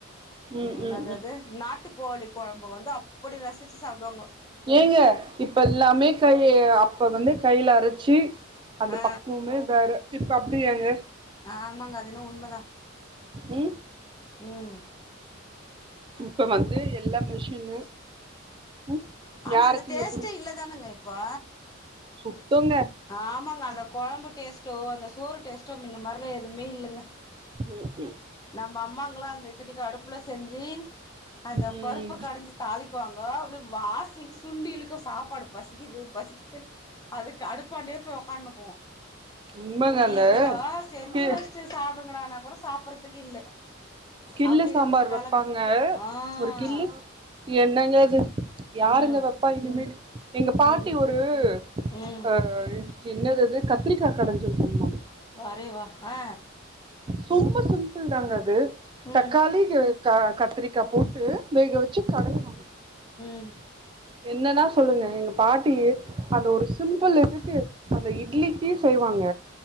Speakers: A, on the right; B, on the left.
A: ம்
B: என்னது
A: ம் ம்
B: அது நாட்டுக்கோழி கொழம்பு வந்து அப்புடி ரசிச்சு சாப்புடுவாங்கோ
A: ஏங்க இப்ப எல்லாமே கை அப்ப வந்து கையில அரச்சு அந்த
B: ஆ
A: பக்குவமே வேற இப்ப அப்டியாங்க
B: ஆமாங்க அதுன்ன உண்மதா
A: ம்
B: ம்
A: இப்ப வந்து எல்லா மிஷின்னு ம்
B: ஆனா
A: யாருக்குங்க
B: அந்த டேஸ்ட்டே இல்லதானுங்க இப்போ
A: சுத்தோங்க
B: ஆமாங்க அந்த கொழம்பு டேஸ்ட்டோ அந்த சோறு டேஸ்ட்டோ முன்ன மாரில எதுவுமே இல்லங்க
A: ம் ம்
B: நம்ம அம்மாங்கல்லா அந்த இத்தனைக்கு அடுப்புல செஞ்சு அந்த
A: ம்
B: பருப்பு கடஞ்சு தாளிக்குவாங்க அப்புடி வாசனைக்கு சுண்டி இலுக்கு சாப்பாடு பசிக்கிது பசிக்கிது அதுக்கு அடுப்பாண்டே போயி உக்கானுக்குவோ
A: உண்மங்க அந்த
B: இப்ப செஞ்சு
A: கே
B: வச் சு சாப்டுங்கடானா கூட சாப்புட்றதுக்கு இல்ல
A: கிள்ளு
B: அப்டி
A: சாம்பார்
B: இருக்குது நெலம
A: வெப்பாங்க
B: ஆ
A: ஒரு கிள்ளு என்னங்க அது யாருங்க
B: ம்
A: வெப்பா இனிமேட்டு எங்க பாட்டி
B: ம்
A: ஒ ரு
B: ம்
A: ஆ என்னது அது கத்திரிக்கா கடஞ்சு வெப்பாங்க
B: வாரே வா ஆ
A: சும்மா சிம்பிள் தாங்க அது
B: ம்
A: தக்காளி க கத்திரிக்கா போட்டு வேக வெச்சு கடயனு
B: உம்
A: என்னன்னா சொல்லுங்க எங்க பாட்டி அந்த ஒரு சிம்பிள் இதுக்கு அந்த இட்லிக்கு செய்வாங்க